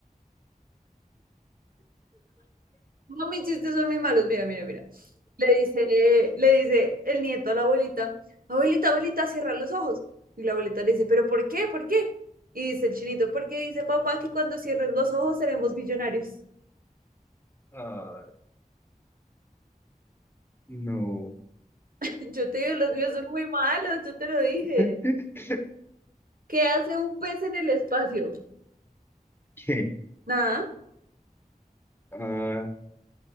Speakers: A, on the right (about 75°); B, on the left (about 15°).
A: No, mis chistes son muy malos. Mira, mira, mira. Le dice, le dice el nieto a la abuelita, abuelita, abuelita, cierra los ojos. Y la abuelita le dice, ¿pero por qué? ¿Por qué? Y dice el chinito, porque dice papá que cuando cierres los ojos seremos millonarios.
B: Ah, no.
A: <laughs> Yo te digo, los míos son muy malos, yo te lo dije.
B: <laughs>
A: ¿Qué hace un pez en el espacio?
B: ¿Qué?
A: Nada.
B: Ah.